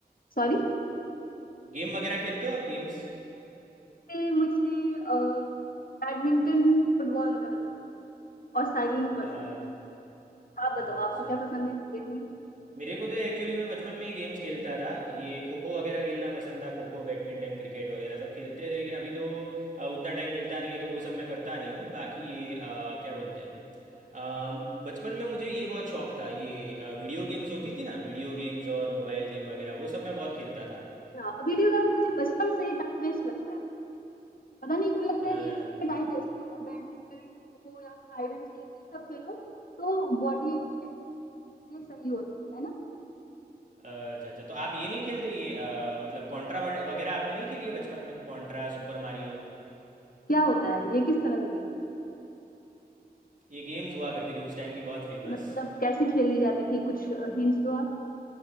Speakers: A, on the left (about 60°); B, on the right (about 50°).
A: सॉरी
B: गेम वगैरह खेलते हो आप गेम्स
A: मुझे मुझे, अ, बैडमिंटन फुटबॉल वगैरह पसंद है और साइकिलिंग पसंद
B: अच्छा
A: है आप
B: अच्छा
A: बताओ आपको क्या पसंद है गेम में
B: मेरे को तो एक्चुअली मैं बचपन में ही गेम्स खेलता था ये खो खो वगैरह खेलना पसंद था खो खो बैडमिंटन क्रिकेट वगैरह सब खेलते थे लेकिन अभी तो अ, उतना टाइम मिलता नहीं है तो वो सब मैं करता नहीं हूँ बाकी ये अ, क्या बोलते हैं अ, बचपन में मुझे ये बहुत शौक था ये अ, वीडियो गेम्स होती थी ना वीडियो गेम्स और मोबाइल गेम वगैरह वो सब मैं बहुत खेलता था
A: अच्छा वीडियो गेम मुझे बचपन से ही टाइम वेस्ट लगता है पता नहीं क्यों लगता
B: अच्छा
A: है कि टाइम वेस्ट है और बैडमिंटन खो खो या हाइड सीक ये सब खेलो तो बॉडी फिटनेस ये सही होता है ना
B: अच्छा अच्छा तो आप ये नहीं खेलते ये अ, मतलब कॉन्ट्रा वगैरह आपने नहीं खेली है बचपन में कॉन्ट्रा सुपर मारियो
A: क्या होता है ये किस तरह का गेम
B: ये गेम्स हुआ करती थी उस टाइम की बहुत फेमस
A: मतलब कैसे खेली जाती थी कुछ हिंट्स दो आप